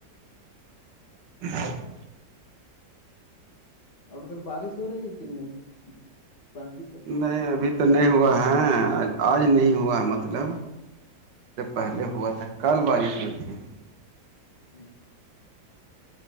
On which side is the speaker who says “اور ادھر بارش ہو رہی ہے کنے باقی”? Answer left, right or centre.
Left